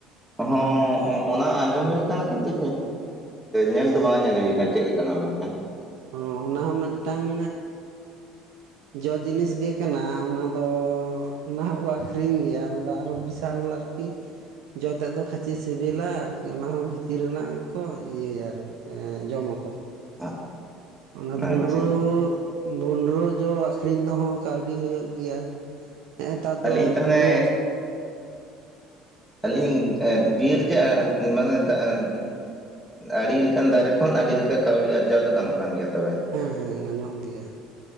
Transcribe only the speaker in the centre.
ᱦᱚᱸ ᱚᱱᱟ ᱟᱸᱡᱚᱢ ᱦᱩᱭ ᱠᱟᱱᱟ ᱠᱤᱱᱛᱩ ᱧᱮᱞ ᱫᱚ ᱵᱟᱝ ᱧᱮᱞ ᱦᱩᱭ ᱠᱟᱱᱟ ᱪᱮᱫᱞᱮ ᱞᱮᱠᱟᱱᱟ ᱢᱮᱱᱛᱮ
<unintelligible>
ᱟᱪᱪᱷᱟ
ᱟᱹᱞᱤᱧ ᱛᱟᱦᱚᱞᱮ
ᱟᱹᱞᱤᱧ ᱤᱸ ᱵᱤᱨ ᱡᱟ ᱮᱸ ᱢᱟᱱᱮ ᱫᱟ ᱮᱸ ᱟᱹᱰᱤ ᱞᱮᱠᱟᱱ ᱫᱟᱨᱮ ᱠᱷᱚᱱ ᱟᱹᱰᱤ ᱞᱮᱠᱟ ᱠᱟᱹᱣᱰᱤ ᱟᱨᱡᱟᱣ ᱫᱚ ᱜᱟᱱᱚᱜ ᱠᱟᱱ ᱜᱮᱭᱟ ᱛᱚᱵᱮ